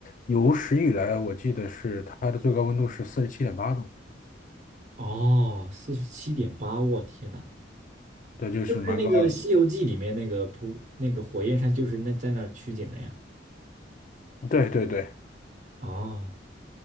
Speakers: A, on the left; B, on the right.
A: 有史以来，我记得是它的最高温度是四十七点八度，
B: 哦，四十七点八，我天呐，
A: 对，就是蛮高的。
B: 是不是那个《西游记》里面那个扑那个火焰山就是那在那儿取景的呀？
A: 对对对，
B: 哦，